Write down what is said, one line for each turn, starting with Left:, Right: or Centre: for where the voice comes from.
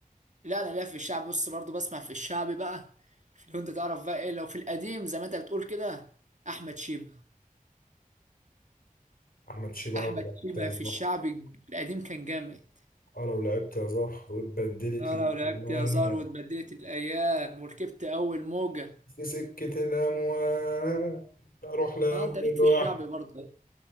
Right: لا انا ليا في الشعب بص برضه بسمع في الشعبي بقى في لو انت تعرف بقى ايه لو في القديم زي ما انت بتقول كده احمد شيبة
Left: احمد شيبة
Right: احمد
Left: لو لعبت
Right: شيبة
Left: يا صلاح
Right: في الشعبي القديم كان جامد
Left: اه لو لعبت يا صلاح واتبدلت
Right: اه
Left: الاموال
Right: لو لعبت يا زار واتبدلت الايام وركبت اول موجة
Left: في سكه الاموال اروح لاول
Right: اه انت ليك في
Left: واحد
Right: الشعبي برضه